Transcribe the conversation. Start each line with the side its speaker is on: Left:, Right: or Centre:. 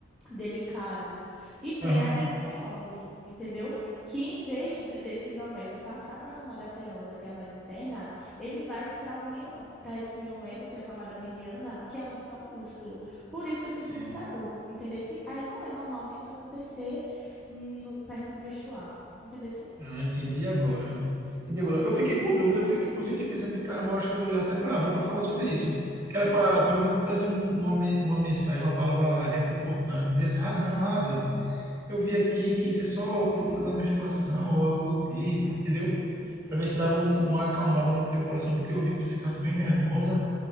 Centre: delicado. E tem
Right: aham,
Centre: a adenomiose, entendeu? Que em vez de- desse endómetrio passar para a camada serosa, que é a mais interna, ele vai para um mio... para esse miométrio, que é a camada mediana, que é onde está o músculo. Por isso que eu sinto
Right: sim.
Centre: muita dor, entendeu? Assim, Aí não é normal disso acontecer no- perto de menstruar, entendeu? Assim,
Right: Ah, entendi agora. Entendi agora. Eu fiquei com dúvida, eu fiquei, eu fiquei pensando, eu fiquei, caramba, eu acho que eu vou ligar até para a Ávila para falar sobre isso. Que era para, pelo menos, trazer um- uma, me- uma mensagem, uma palavra reconfortante. Dizer assim, ah, não, Ávila, eu vi aqui que isso é só por conta da menstruação ou algo do tipo, entendeu? Para ver se dava um- uma acalmada no teu coração, porque eu vi que tu ficasse bem nervosa